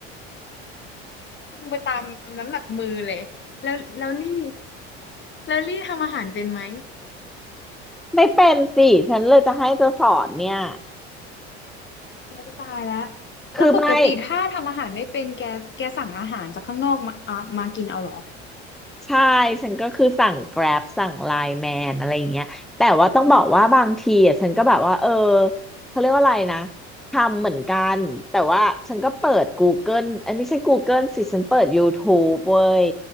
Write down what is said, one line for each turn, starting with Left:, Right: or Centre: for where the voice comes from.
Left: ปรุงไปตามน้ำหนักมือเลยแล้วแล้วลี่แล้วลี่ทำอาหารเป็นไหม
Centre: <laughs> ไม่เป็นสิฉันเลยจะให้เธอสอนเนี่ย
Left: โอ้ยตายแล้ว
Centre: คือไม่
Left: แล้วปกติถ้าทำอาหารไม่เป็นแกแกสั่งอาหารจากข้างนอกมาอ่ะมากินเอาเหรอ
Centre: ใช่ฉันก็คือสั่ง Grab สั่ง l i น e Man อะไรอย่างเงี้ยแต่ว่าต้องบอกว่าบางทีอ่ะฉันก็แบบว่าเออเขาเรียกว่าอะไรนะทำเหมือนกันแต่ว่าฉันก็เปิด Google เอ้ยไม่ใช่ Google สิฉันเปิด YouTube เว้ย